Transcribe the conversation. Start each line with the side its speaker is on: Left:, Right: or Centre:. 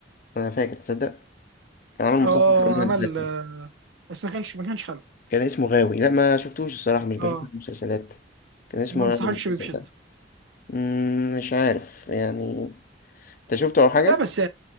Left: أنا فاكر تصدق كان عمل
Right: اه
Left: مسلسل في رمضان
Right: عمل
Left: اللي فات ده.
Right: آه، بس ما كانش ما كانش حلو
Left: كان اسمه غاوي لا ما شفتوش الصراحة مش بشوف
Right: اه
Left: المسلسلات كان اسمه
Right: ما انصحكش
Left: غاوي المسلسل
Right: بيه بشدة
Left: ده مم، مش عارف يعني أنت شفته أو حاجة؟
Right: لا بس